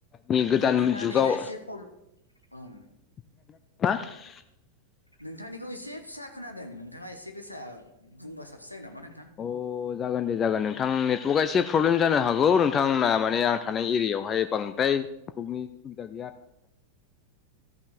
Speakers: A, on the left (about 25°); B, on the left (about 85°).
A: दानि गोदान
B: नोंथांना
A: जुगाव
B: नेटआ एसे खम ओं
A: <unintelligible>
B: नोंथांनिखौ एसे फिसा खोनादों नोंथाङा एसे गोसा बुंबा साबसिन जागोन नामा नोंथां।
A: अ जागोन दे जागोन नोंथां नेटवर्कआ एसे प्रब्लेम जानो हागौ नोंथांना माने आं थानाय एरियायावहाय बांद्राय। बेनि सुबिदा गैया आरोना। नोंथां।